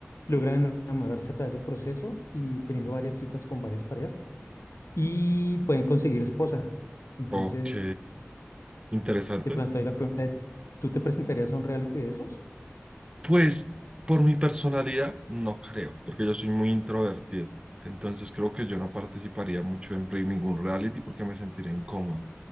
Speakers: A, on the left (about 75°); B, on the right (about 20°).
A: logran enamorarse a través del proceso y teniendo varias citas con varias parejas y pueden conseguir esposa. Entonces,
B: Ok. Interesante.
A: te planteo ahí la pregunta es, ¿tú te presentarías a un reality de esos?
B: Pues por mi personalidad, no creo, porque yo soy muy introvertido. Entonces creo que yo no participaría mucho en re- ningún reality porque me sentiría incómodo.